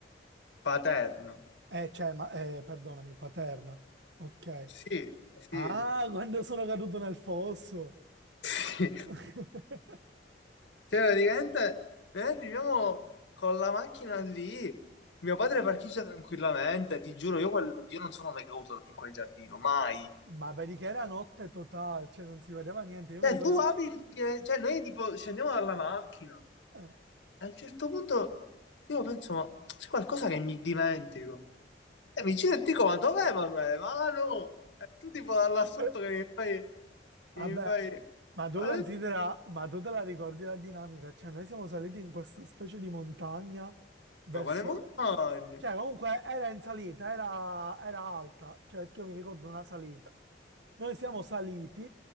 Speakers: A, on the left (about 85°); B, on the right (about 80°).
A: paterno.
B: Eh, cioè, ma, eh, perdonami, paterna. Ok.
A: Sì, sì,
B: Ah, <laughs> quando sono caduto nel fosso.
A: <laughs> sì.
B: <laughs>
A: Cioè, praticamente noi arriviamo con la macchina lì, mio padre parcheggia tranquillamente, ti giuro, io, quel- io non sono mai caduto in quel giardino, mai.
B: Ma vedi che era notte totale, cioè non si vedeva niente. Io
A: Cioè,
B: mi ricordo...
A: tu apri il fine- cioè noi tipo scendiamo dalla macchina,
B: eh.
A: e a un certo punto io penso, ma c'è qualcosa che mi dimentico. E mi giro e dico, ma dov'è Emanuele? Ma no! E tu tipo da là sotto
B: <laughs>
A: che mi fai,
B: Vabbè,
A: che mi fai,
B: ma tu
A: quale-
B: considera, ma tu te la ricordi la dinamica? Cioè, noi siamo saliti in questa specie di montagna verso...
A: ma quale montagna?
B: Cioè, comunque era in salita, era, era alta, cioè perché io mi ricordo una salita. Noi siamo saliti